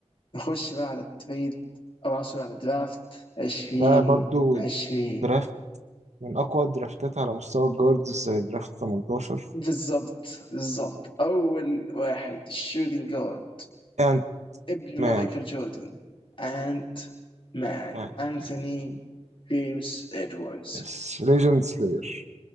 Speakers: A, on the left; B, on the right.
A: نخش بقى على التريد او عصر على الدرافت 20
B: ده برضو
A: 20
B: درافت من أقوى الدرافتات على مستوى الجاردز زي درافت 18
A: بالظبط بالظبط اول واحد shooting guard
B: أنت
A: ابن
B: مان
A: مايكل جوردن انت مان
B: مان
A: انثوني
B: أكيد
A: جيمس ادواردز
B: يس ليجند سلاير